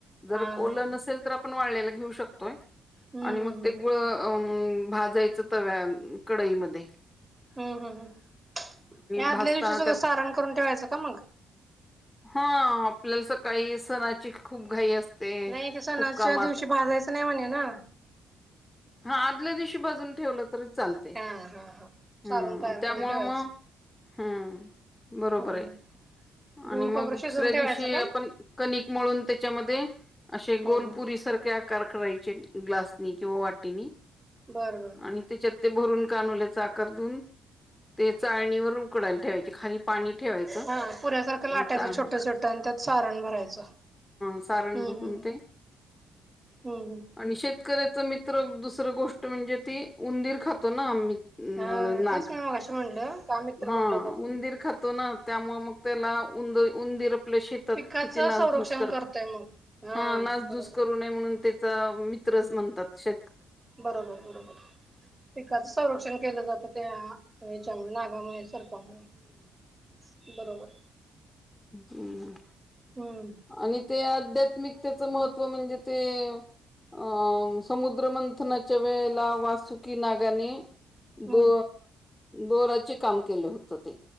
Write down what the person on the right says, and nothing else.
हा
हा
हम्म
हम्म
हम्म हम् हम या आदल्या
दिवशी सुधं
सारण करून ठेवायचं का मग
नाही ते सणाच्या
दिवशी भाजायचं नाही म्हणे ना
हा हा हा
सारण तयार
करून ठेवायचं
हम्म
गुळ
खोबरं
शिजवून ठेवायचं
का?
हं हं
बरं बर
हा पुऱ्यासारखं लाटायचं
छोटं छोटं आणि त्यात सारण भरायचं.
हम्म
हम्म
हम्म हम्म.
हा
तेच मी मगाशी म्हणलं का मित्र
म्हणला जातो.
पिकाचं
संरक्षण
करतय मग
बरोबर.
बरोबर बरोबर पिकाचं संरक्षण केलं जातं त्या याच्यामुळे नागामुळे सर्पामुळे बरोबर
हम्म
हम्म.